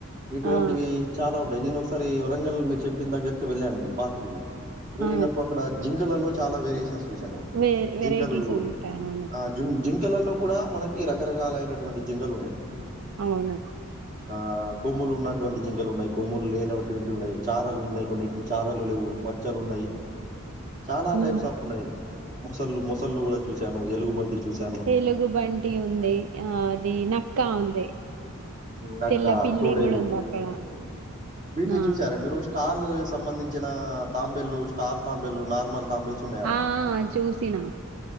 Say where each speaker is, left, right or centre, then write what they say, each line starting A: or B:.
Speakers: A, on the right; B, on the right.
A: ఇటువంటివి
B: ఆ
A: చాలా ఉంటాయి నేను ఈ వరంగల్ మీరు చెప్పిన దగ్గకి వెళ్ళాను పార్క్ వెళ్ళినప్పుడు
B: ఆ
A: అక్కడ జింకలల్లో చాలా వేరియేషన్స్ చూశాను
B: వె వెరైటీస్
A: జింకలు
B: ఉంటాయి అవును
A: అ జింజిం ఇల్లలో కూడా మనకి రకరకాలైనటువంటి జింకలు ఉన్నాయి.
B: అవును.
A: ఆహ్ కొమ్ములు ఉన్నటువంటి జింకలు ఉన్నాయి. కొమ్ములు లేనటువంటివి ఉన్నాయి. చారాలు ఉన్నాయి. కొన్నిటికి చారాలు లేవు. మచ్చలు ఉన్నాయి. చాలా
B: ఉమ్,
A: టైప్స్ ఆఫ్ ఉన్నాయి ముసళ్ళు ముసళ్ళు కూడా చూసాం. ఎలుగుబంటి. చూశాను.
B: ఎలుగుబంట్. డి ఉంది ఆహ్ అది నక్కా ఉంది.
A: నక్క
B: తెల్ల పిల్లి
A: తోడేలు
B: కూడా ఉంది అక్కడ
A: వీటిని
B: ఆ
A: చూసారా మీరు స్టార్. సంబంధించిన తాంబెల్లు స్టార్ తాంబెల్లు నార్మల్. తాంబేల్స్ ఉన్నాయి ఆడ.
B: ఆహ్ చూసిన.